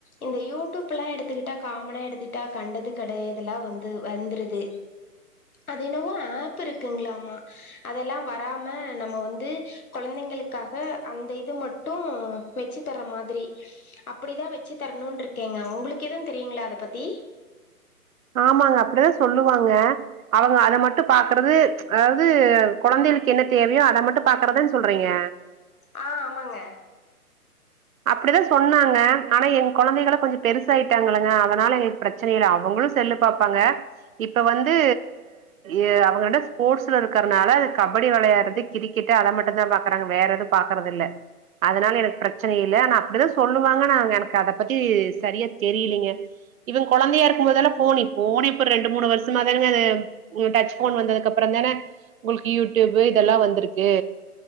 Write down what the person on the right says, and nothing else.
ஆமாங்க அப்டிதா சொல்லுவாங்க அவுங்க அத மட்டு பாக்குறது அதாவது கொழந்தைகளுக்கு என்ன தேவையோ அத மட்டு பாக்குறதான சொல்றீங்க
அப்டிதா சொன்னாங்க ஆனா எங்க கொழந்தைகள கொஞ்சோ பெருசாயிட்டாங்கங்க அதனால எங்க பிரச்ச ச்சனை இல்ல அவங்களு செல்லு பாப்பாங்க இப்ப வந்து எ அவங்கிட்ட ஸ்போர்ட்ஸ்ல இருக்கறனால கபடி விளையாடுறது கிரி க்கட் அத மட்டுந்தா பாக்குறாங்க வேற எது பாக்கறது இல்ல அதனால எனக்கு பிரச் ச்சனை இல்ல ஆனா அப்டிதா சொல்லுவாங் ஆனா நாங்க எனக்கு அத பத்தி சரியா தெரியலீங்க இவன் குழந்தையா இருக்கும் போதெல்லா ஃபோனு ஃபோனே இப்ப ரெண்டு மூணு வருஷமாதாங்க அது உ டச் போன் வந்ததுக்கு அப்புறந்தானே உங்களுக்கு யூடியூப் இதெல்லா வந்திருக்கு